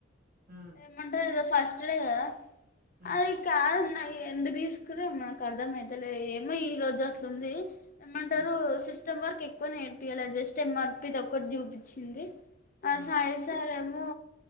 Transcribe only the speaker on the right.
హ్మ్
హ్మ్
హ్మ్
హ్మ్